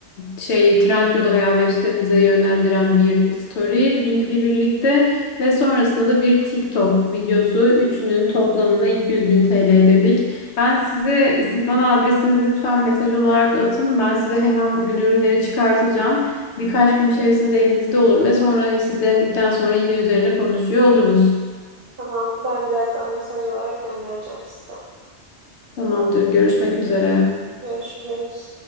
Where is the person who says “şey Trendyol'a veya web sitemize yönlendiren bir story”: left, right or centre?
Left